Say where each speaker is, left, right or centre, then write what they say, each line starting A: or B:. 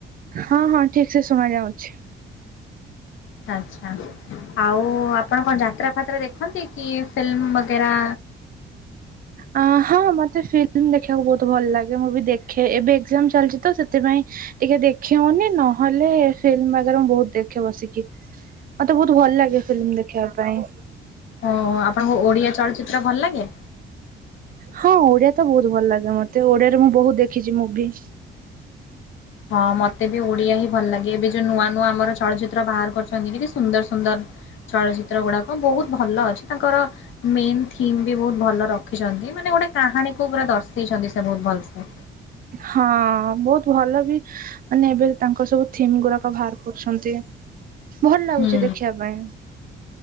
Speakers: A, on the right; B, on the left.
A: ହଁ ହଁ ଠିକ୍ ସେ ଶୁଣା ଯାଉଛି।
B: ଆଛା ଆଉ ଆପଣ କଣ ଯାତ୍ରା ଫାତ୍ରା ଦେଖନ୍ତି କି ଫିଲ୍ମ ବଗେରା
A: ଅ ହଁ ମତେ ଫିଲ୍ମ ଦେଖିବାକୁ ବୋହୁତ ଭଲ ଲାଗେ ମୁଁ ବି ଦେଖେ ଏବେ ଏକ୍ଜାମ ଚାଲିଛି ତ ସେଥିପାଇଁ ଟିକେ ଦେଖି ହଉନି ନହେଲେ ଫିଲ୍ମ ବଗେରା ମୁଁ ବହୁତ ଦେଖେ ବସିକି। ମତେ ବୋହୁତ ଭଲ ଲାଗେ ଫିଲ୍ମ ଦେଖିବା ପାଇଁ।
B: ହୋ ଆପଣଙ୍କୁ ଓଡ଼ିଆ ଚଳଚ୍ଚିତ୍ର ଭଲ ଲାଗେ?
A: ହଁ ଓଡିଆ ତ ବହୁତ ଭଲ ଲାଗେ ମତେ ଓଡିଆରେ ମୁଁ ବହୁତ ଦେଖିଚି ମୁଭି।
B: ହଁ ମତେ ବି ଓଡିଆ ହିଁ ଭଲ ଲାଗେ ଏବେ ଯୋଉ ନୂଆ ନୂଆ ଆମର ଚଳଚିତ୍ର ବାହାର କରିଛନ୍ତି କି ସୁନ୍ଦର ସୁନ୍ଦର ଚଳଚିତ୍ର ଗୁଡାକ ହଁ ବୋହୁତ ଭଲ ଅଛି ତାଙ୍କର ମେନ୍ ଥିମ୍ ବି ବୋହୁତ ଭଲ ରଖିଛନ୍ତି ମାନେ ଗୋଟେ କାହାଣୀକୁୁ ପୁରା ଦର୍ଶେଇଛନ୍ତି ସେ ବୋହୁତ ଭଲସେ।
A: ହଁ ବୋହୁତ ଭଲ ବି ମାନେ ଏବେ ତାଙ୍କର ସବୁ ଥିମ୍ ଗୁରାକ ବାହାର କରୁଛନ୍ତି। ଭଲ ଲାଗୁଚି
B: ହୁଁ
A: ଦେଖିବା ପାଇଁ।